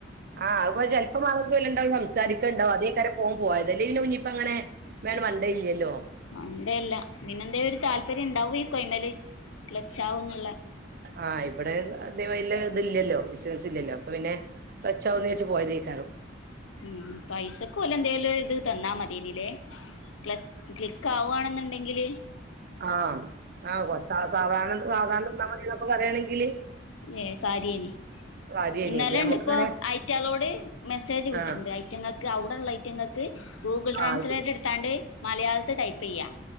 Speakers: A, on the right; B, on the left.
A: ആ അത് ചെല്പ് മാസത്തിൽ ഇവല് രണ്ടാളും സംസാരി ക്കെണ്ടാകും അതേക്കാരം ഇപ്പം ഓൻ പോയത് അല്ലേ പിന്നെ കുഞ്ഞ്പ്പങ്ങനെ വേണ്ട് മണ്ടലില്ലല്ലോ
B: അങ്ങനെയല്ലേ പിന്നെന്തേം ഒരു താല്പര്യണ്ടാവേക്കും അയ്മല് ക്ലച്ചാവന്നുള്ള
A: ആ ഇവിടെ അത്ര വല്ല്യതില്ലല്ലോ ബിസിനസില്ലല്ലോ അപ്പൊ പിന്നെ ക്ലച്ചാവുന്നിച്ച് പോയതേക്കാരം
B: ഉം പൈസക്കോലെന്തേലൊരിത് തന്നാ മത്യേനില്ലേ ക്ലക്ക് ക്ലിക്കാവാണെന്ന്ണ്ടെങ്കില്
A: ആ ആ ഒ സാ സാധാര സാധാരണ നിന്നാ മതീന്നൊക്കെ പറയാണെങ്കില്
B: ഏ കര്യേനി
A: കാര്യേനി
B: ഇന്നലണ്ട്പ്പൊ
A: അല്ലേ നമ്മക്കിങ്ങനെ
B: ഐറ്റാളോട് മെസ്സേജ് വിട്ടിട്ടുണ്ട്
A: ആഹ്
B: ഐറ്റങ്ങ ക്ക് അവിടള്ളേറ്റങ്ങക്ക് ഗൂഗിൾ ട്രാൻസ്ലേറ്റ്ട്ത്താണ്ട്
A: ആഹ് ഇത്
B: മലയാളത്തിൽ ടൈപ്പെയ്യ